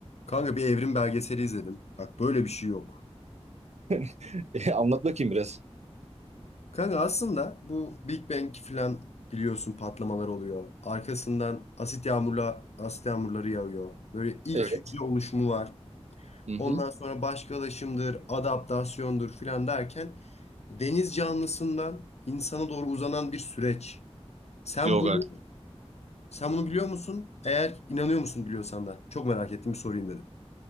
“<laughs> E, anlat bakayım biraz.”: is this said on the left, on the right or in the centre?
Right